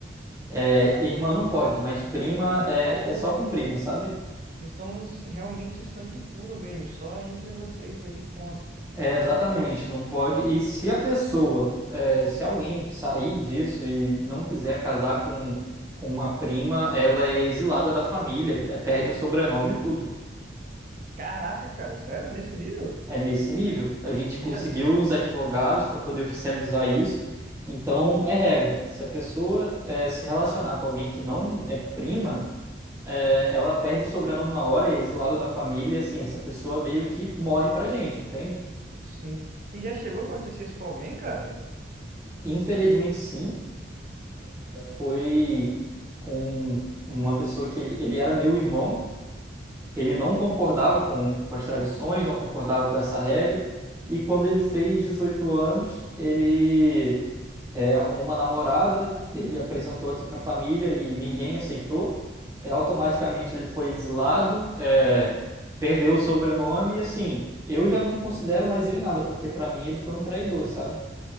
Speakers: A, on the right; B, on the right.
A: É,
B: ah,
A: irmã não
B: ah,
A: pode,
B: sim.
A: mas prima
B: Então,
A: é, é só com prima, sabe?
B: vocês são realmente sangue puro mesmo, só entre vocês aí, ponto.
A: É,
B: É isso?
A: exatamente, não pode. E se a pessoa, é, se alguém sair disso e não quiser casar com, com uma prima, ela é exilada da família, é, perde o sobrenome e tudo.
B: Caraca, cara, sério? é Nesse nível?
A: É nesse nível. A gente conseguiu
B: E já
A: uns advogados para poder oficializar isso. Então, é regra. Se a pessoa, é, se relacionar com alguém que não é prima, é, ela perde o sobrenome na hora, é exilada da família, e assim, essa pessoa meio que morre pra gente, entende?
B: Sim. E já chegou a acontecer isso com alguém, cara?
A: Infelizmente, sim. foi com uma pessoa que ele, ele era meu irmão, ele não concordava com, com as tradições, não concordava com essa regra, e quando ele fez 18 anos, ele é, arrumou uma namorada, ele apresentou aqui para a família e ninguém aceitou, é, automaticamente ele foi exilado, é, perdeu o sobrenome, e assim, eu já não considero mais ele nada, porque para mim ele foi um traidor, sabe?